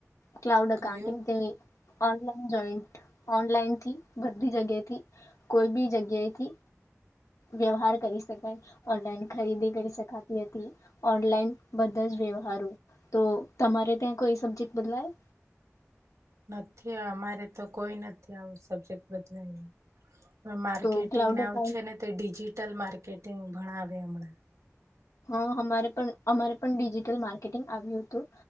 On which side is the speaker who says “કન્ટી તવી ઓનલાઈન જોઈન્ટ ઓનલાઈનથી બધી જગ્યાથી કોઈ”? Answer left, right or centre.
Left